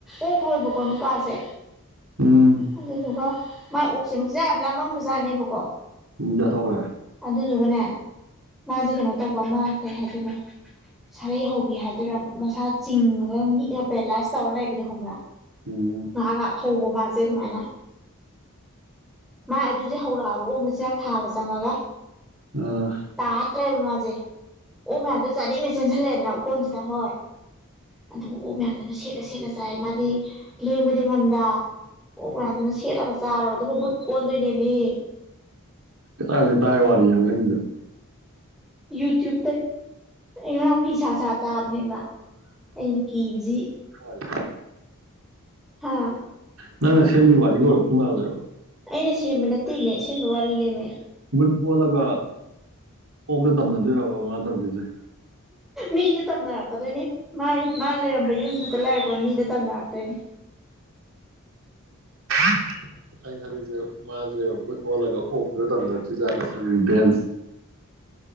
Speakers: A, in the centre; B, on the right (about 65°).
A: ꯑꯣꯛ ꯂꯣꯏꯕꯀꯣ ꯅꯨꯄꯥꯖ‌ꯦ
B: ꯎꯝ
A: ꯑꯗꯨꯗꯨꯒ ꯃꯥꯏ ꯑꯣꯛꯁ‌ꯦ ꯃꯆꯤꯟꯖꯥꯛ ꯌꯥꯝ ꯂꯥꯃꯝꯕꯖꯥꯅꯦꯕꯀꯣ
B: ꯎꯝ ꯆꯥꯊꯣꯛꯈ꯭ꯔꯦ
A: ꯑꯗꯨꯗꯨꯒꯅꯦ ꯃꯥꯖ‌ꯦ ꯀꯩꯅꯣ ꯇꯧꯕ ꯑꯃꯥ ꯀꯩ ꯍꯥꯏꯗꯣꯏꯅꯣ ꯁꯥꯔꯩ ꯍꯧꯕꯤ ꯍꯥꯏꯗ‌ꯣꯏꯔꯥ ꯃꯁꯥ ꯆꯤꯡꯉꯒꯥ ꯅꯤꯛꯑꯒ ꯄꯦꯔꯥꯂꯥꯏꯁ ꯇꯧꯔ ꯂꯩꯕꯗꯣ ꯍꯣꯡꯕ꯭ꯔꯥ
B: ꯎꯝ
A: ꯉꯍꯥꯛ ꯉꯍꯥꯛ ꯍꯧꯕ ꯃꯥꯖ‌ꯦ ꯑꯗꯨꯃꯥꯏꯅꯥ ꯃꯥꯏ ꯑꯗꯨꯖ‌ꯦ ꯍꯧꯔꯛꯑꯕ ꯑꯣꯛ ꯃꯆꯤꯟꯖꯥꯛ ꯊꯥꯕ ꯆꯪꯉꯒꯥ
B: ꯎꯝ
A: ꯇꯥ ꯂꯩꯔꯦꯕ ꯃꯥꯖ‌ꯦ ꯑꯣꯛ ꯃꯌꯥꯝ ꯖꯤꯅꯥ ꯆꯥꯅꯤꯡ ꯅ ꯆꯦꯟꯖꯜꯂꯛ ꯑꯦꯗꯅ ꯑ‌ꯣꯀꯣꯟꯖꯤꯗꯥ ꯍꯣꯏ ꯑꯗꯨꯒ ꯑꯣꯛ ꯃꯌꯥꯝꯗꯨꯅ ꯁꯦꯠꯂ ꯁꯦꯠꯂ ꯆꯥꯏ ꯃꯥꯗꯤ ꯂꯦꯡꯕꯗꯤ ꯉꯝꯗꯥ ꯑ‌ꯣꯛ ꯃꯌꯥꯝꯗꯨꯅꯥ ꯁꯦꯠꯂꯒ ꯆꯥꯔꯕ ꯑꯗꯨꯒ ꯕꯨꯠ ꯑ‌ꯣꯟꯗꯣꯏꯅꯦꯃꯤ
B: ꯀꯥꯏꯗꯩ ꯇꯥꯏ ꯋꯥꯔꯤ ꯅ‌ꯣ ꯅꯪꯒꯤꯗ‌ꯣ
A: ꯌꯨꯇ꯭ꯌꯨꯕ ꯇꯩ ꯑꯩꯉꯔꯥꯡ ꯐꯤ ꯁꯥ ꯁꯥ ꯇꯥꯕꯅꯦꯕ ꯑꯩꯅ ꯀꯤꯕꯖꯤ
B: ꯍꯣꯏ
A: ꯍꯥꯥ
B: ꯅꯪ ꯅ ꯁꯦꯝꯃꯤ ꯋꯥꯔꯤꯒ ꯑꯣꯏꯔꯛꯄ ꯃꯥꯜꯂ‌ꯦꯕ
A: ꯑꯩꯅ ꯁꯦꯝꯕ ꯅꯠꯇꯦꯃꯤ ꯑꯁꯦꯝꯕ ꯋꯥꯔꯤꯅꯦꯃꯤ
B: ꯕꯨꯠ ꯑꯣꯜꯂꯒ ꯑꯣꯛꯇ ꯇꯝꯅꯗꯣꯏꯔꯕ ꯃꯥ ꯇꯧꯗꯣꯏꯖꯦ
A: ꯃꯤꯗ ꯇꯝꯅꯔꯛꯀꯗꯣꯏꯅꯦ ꯃꯥꯥꯏ ꯃꯥꯅ ꯂꯩꯔꯝꯕ ꯌꯨꯝꯗꯨꯗ ꯂꯩꯔꯛꯄ ꯄꯃꯤꯗ ꯇꯝꯅꯔꯛꯇꯣꯏꯅꯦ
B: <unintelligible> ꯑꯩ ꯈꯜꯂꯤꯖꯦ ꯃꯥꯖꯦ ꯚꯨꯠ ꯑꯣꯜꯂꯒ ꯑꯣꯛꯇꯨꯗ ꯇꯝꯅꯔꯛꯇꯣꯏꯖꯥꯠꯂ ꯁꯤꯅꯤ ꯔꯤꯚꯦꯟꯁ